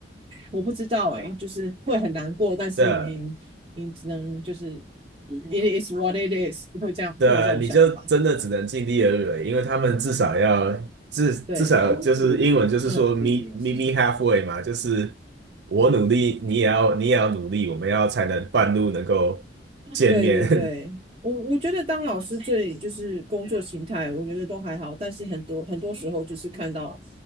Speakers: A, on the right; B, on the right.
A: 我不知道诶、欸就是会很难过，但是你你只能就是
B: 对
A: it is what it is，会这样会有这种想法，
B: 对，你就真的只能尽力而为，因为他们至少要至至少就是英文就是说
A: 对，嗯。嗯。
B: me me me halfway 嘛，就是我努力，你也要你也要努力，我们要才能半路能够见面。
A: 对对对，我我觉得当老师最就是工作形态，我觉得都还好，但是很多很多时候就是看到，